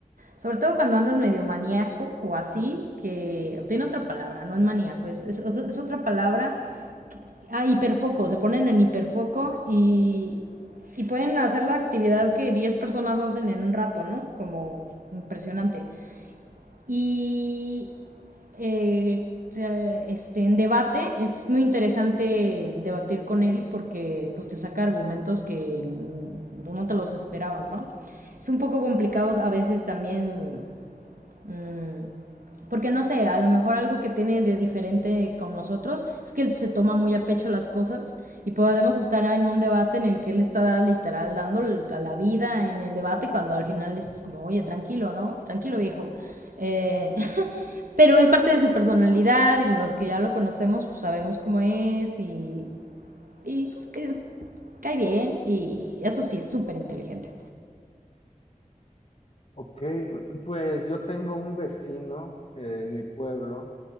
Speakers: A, on the right; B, on the left.
A: Sobre todo cuando andas medio maníaco o así, que tiene otra palabra, no es maníaco, es, es, es otra palabra Ah, hiperfoco, se ponen en hiperfoco y, y pueden hacer la actividad que 10 personas hacen en un rato, ¿no? Como impresionante. Y eh, este, en debate es muy interesante debatir con él porque pues, te saca argumentos que no te los esperabas, ¿no? Es un poco complicado a veces también... Mmm, porque no sé, a lo mejor algo que tiene de diferente con nosotros es que él se toma muy a pecho las cosas y podemos estar en un debate en el que él está literal dando la vida en el debate cuando al final es como, oye, tranquilo, ¿no? Tranquilo viejo. Eh, <laughs> pero es parte de su personalidad y los que ya lo conocemos pues sabemos cómo es y, y pues que es, cae bien y eso sí, es súper inteligente.
B: Ok, pues yo tengo un vecino eh, en mi pueblo.